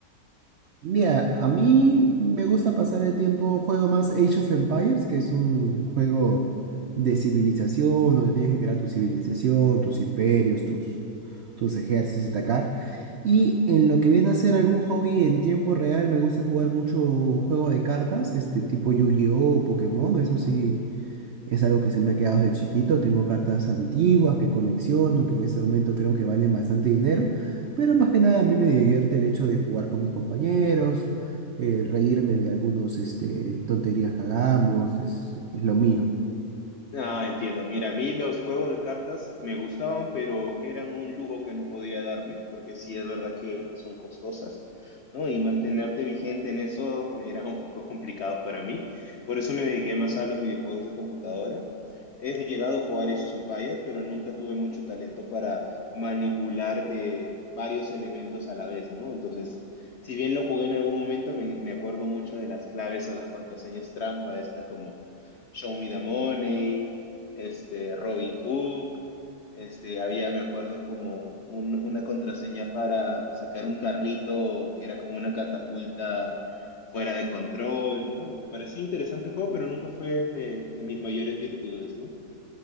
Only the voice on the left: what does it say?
Ah, entiendo. Mira, a mí los juegos de cartas me gustaban, pero eran un lujo que no podía darme, porque sí es verdad que son costosas, ¿no? Y mantenerte vigente en eso era un poco complicado para mí. Por eso me dediqué más a los videojuegos de computadora. He llegado a jugar Age of Empires, pero nunca tuve mucho talento para manipular eh, varios elementos a la vez, ¿no? Entonces, si bien lo jugué en algún momento, me, me acuerdo mucho de las claves o las contraseñas trampa, esta como Show Me the Money, este, Robin Hood, este, había, me acuerdo, como un- una contraseña para sacar un carrito que era como una catapulta fuera de control, ¿no? Me parecía interesante el juego, pero nunca fue de, de mis mayores virtudes, ¿no?